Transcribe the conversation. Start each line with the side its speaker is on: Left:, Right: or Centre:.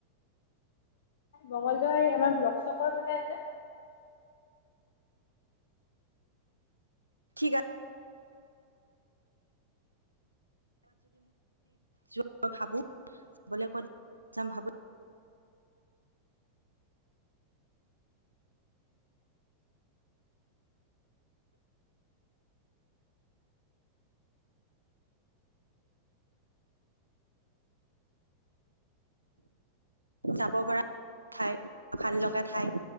Left: মঙগলদাৰ আমাৰ ব্লক চকৰ ফালে আছে
Right: ঠিক আছে য ম ভাবো যাবলৈ ক'ত য ভাবো যাব পৰা ঠাই ভাল লগা ঠাই